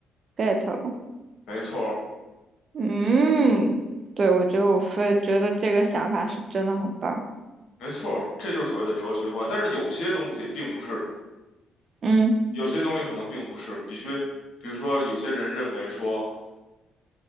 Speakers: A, on the right; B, on the left.
A: ，get 了。
B: 没错儿，
A: 嗯，对，我觉得我非觉得这个想法是真的很棒。
B: 没错儿，这就是所谓的哲学观。但是有些东西并不是，
A: 嗯，
B: 有些东西可能并不是必须。比如说，有些人认为说，